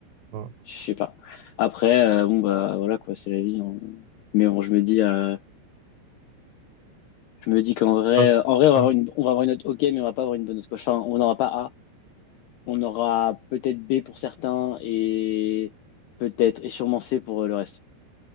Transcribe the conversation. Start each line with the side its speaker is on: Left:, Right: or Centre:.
Right: Ouais.
Left: je sais pas. Après, euh, bon, bah voilà quoi, c'est la vie. on- Mais bon, je me dis, euh, je me dis qu'en vrai,
Right: Parce-
Left: en vrai, on va
Right: ouais.
Left: avoir une, on va avoir une note OK, mais on va pas avoir une bonne note quoi. Enfin, on n'aura pas A, on aura peut-être B pour certains et peut-être et sûrement C pour euh, le reste.